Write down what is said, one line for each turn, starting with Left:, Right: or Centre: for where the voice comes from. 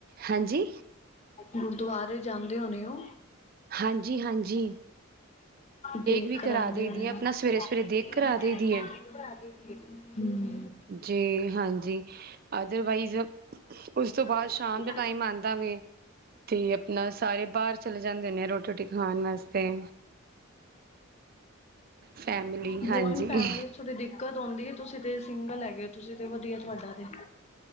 Right: ਹਾਂਜੀ
Left: ਗੁਰਦੁਆਰੇ ਜਾਂਦੇ ਹੋਣੇ ਉ।
Right: ਹਾਂਜੀ ਹਾਂਜੀ
Left: ਦੇਗ
Right: ਵੀ
Left: ਕਰਾਉਂਦੇ
Right: ਕਰਾ ਦੇਈ
Left: ਹੋਣੇ
Right: ਦੀ ਹੈ
Left: ਆਂ।
Right: ਆਪਣਾ
Left: <unintelligible>
Right: ਸਵੇਰੇ ਸਵੇਰੇ ਦੇਗ ਕਰਾ ਦੇਈ ਦੀ ਹੈ
Left: ਹਮ
Right: ਜੀ ਹਾਂਜੀ ਅਦਰਵਾਈਜ਼ ਉਸ ਤੋਂ ਬਾਅਦ
Left: <unintelligible>
Right: ਸ਼ਾਮ
Left: <unintelligible> ਹਾਂ
Right: ਦਾ ਟਾਈਮ ਆਉਂਦਾ ਵੇ ਤੇ ਆਪਣਾ ਸਾਰੇ ਬਾਹਰ ਚਲੇ ਜਾਂਦੇ ਹੁੰਦੇ ਆ ਰੋਟੀ ਰੋਟੀ ਖਾਣ ਵਾਸਤੇ ਫੈਮਿਲੀ ਹਾਂਜੀ
Left: ਜੋਇਡ ਫੈਮਲੀ ਚ ਬੜੀ ਦਿੱਕਤ ਆਉਂਦੀ ਏ, ਤੁਸੀਂ ਤੇ ਸਿੰਗਲ ਹੈਗੇ ਉ ਤੁਸੀਂ ਤੇ ਵਧੀਆ ਤੁਹਾਡਾ ਤੇ।